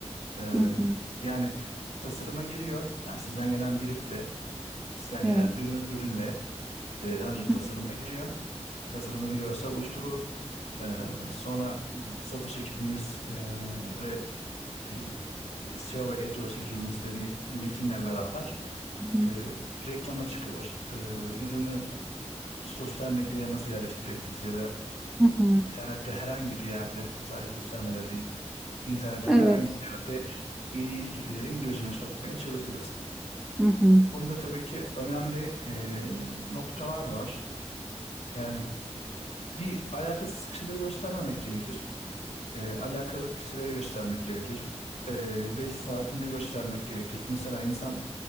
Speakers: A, on the left; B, in the centre.
A: E,
B: Hı hı.
A: yani tasarıma giriyor. Yani sizden gelen briefle, sizden
B: Evet.
A: gelen ürün, ürünle e, önce tasarıma
B: Hı
A: giriyor. Tasarımını bir görsel oluşturulur. E, sonra satış ekibimiz e, ve e, S e, SEO ve AdWords ekibimizde bir metinle beraber
B: hı.
A: e, reklama çıkılır. E, ürünü sosyal medyaya nasıl yerleştirebiliriz ya da
B: Hı hı.
A: internette herhangi bir yerde sadece sosyal medya değil internette
B: Evet.
A: herhangi bir yerde iyilik yüklerin gözüne sokmaya çalışırız.
B: Hı hı.
A: Bunda tabii ki önemli e, noktalar var. Yani bir alakasız kişileri göstermemek gerekir. E, alakalı kişileri göstermek gerekir. E, ve saatini göstermek gerekir. Mesela insan